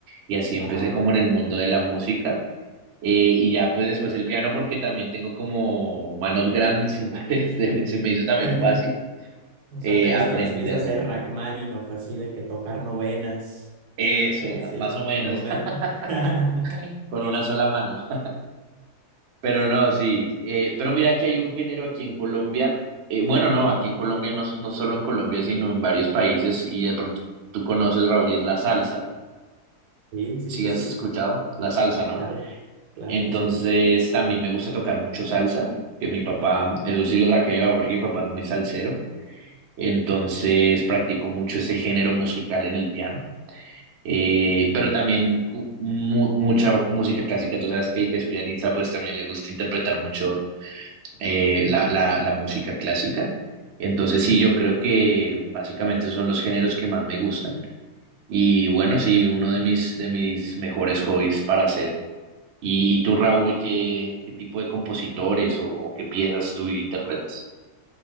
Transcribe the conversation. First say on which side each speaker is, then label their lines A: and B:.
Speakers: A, on the right; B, on the right.
A: y así empecé
B: wow.
A: como en el mundo de la música. Eh, y ya pues después el piano porque también tengo como manos grandes, <laughs> entonces se me, se me hizo también
B: <laughs>
A: fácil
B: O
A: eh,
B: sea, ¿te gustan
A: aprenderlo.
B: las piezas de Rachmaninoff, así de que tocar novenas,
A: Eso,
B: eh, así,
A: ma- más o menos,
B: con una... <laughs>
A: <laughs> con una sola mano. <laughs> Pero no, sí. Eh, pero mira que hay un género aquí en Colombia, eh, bueno, no, aquí en Colombia, no, no solo en Colombia, sino en varios países, y de pronto tú conoces, Raúl, y es la salsa.
B: Sí, sí,
A: ¿Sí
B: sí,
A: has
B: sí,
A: escuchado? La salsa, ¿no?
B: claro, claro
A: Entonces
B: que sí.
A: también me gusta tocar mucho salsa, que mi papá, eso sí lo saqué de mi papá, porque mi papá es muy salsero. Entonces practico mucho ese género musical en el piano, eh, pero también cu- mu- mucha música clásica. Tú sabes que el que es pianista pues también le gusta interpretar mucho eh, la, la, la música clásica. Entonces sí, yo creo que básicamente esos son los géneros que más me gustan. Y bueno, sí, uno de mis, de mis mejores hobbies para hacer. ¿Y tú, Raúl, qué, qué tipo de compositores o, o qué piezas tú interpretas?